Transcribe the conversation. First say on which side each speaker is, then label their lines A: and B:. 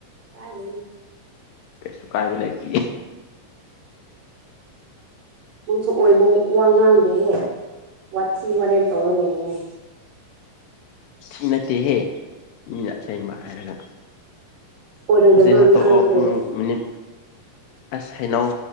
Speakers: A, on the right (about 65°); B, on the left (about 80°).
A: ꯀꯥꯏ ꯂꯩꯅꯦ
B: ꯀꯩꯁꯨ ꯀꯥꯏꯕ ꯂꯩ ꯀ
A: ꯅꯪꯁꯨ ꯑꯣꯏꯕ ꯋꯥ ꯉꯥꯡꯗꯦꯍꯦ ꯋꯥꯊꯤ ꯋꯥꯔꯦꯟ ꯇꯧꯔ ꯂꯩꯌꯦꯅꯦ
B: ꯅ ꯅꯠꯇꯦꯍꯦ ꯏ ꯑꯁꯦꯡꯕ ꯍꯥꯏꯔꯒ
A: ꯑꯣꯏꯔꯣꯏꯗꯕ
B: ꯍꯧꯖꯤꯦ ꯍꯥꯠꯇ
A: ꯉꯥꯡꯉꯒ
B: ꯄꯨꯡ
A: ꯂꯩꯔꯦ
B: ꯃꯤꯅꯤ ꯑꯁ ꯍꯩꯅꯧ